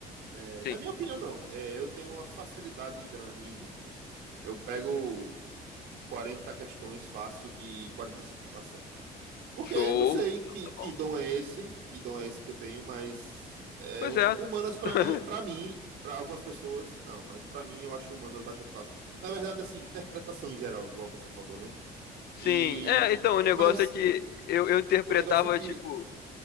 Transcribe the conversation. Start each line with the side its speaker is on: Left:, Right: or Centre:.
Right: É,
Left: Sim.
Right: na minha opinião, não. É, eu tenho uma facilidade grande em humanas, assim. Eu pego 40 questões fácil de 45, eu acerto. Porque
Left: Show.
Right: eu não sei
Left: Então,
Right: que,
Left: tá
Right: que
Left: bom.
Right: dom é esse, que dom é esse que eu tenho, mas é,
Left: Pois
Right: o-
Left: é.
Right: humanas para
Left: <laughs>
Right: mim, para mim, para algumas pessoas, não, mas para mim eu acho humanas bastante fácil. Na verdade, assim, interpretação em geral, igual você falou, né?
Left: Sim,
Right: E
Left: é, então, o negócio
Right: mas
Left: é que eu, eu interpretava,
Right: o negócio é que,
Left: tipo,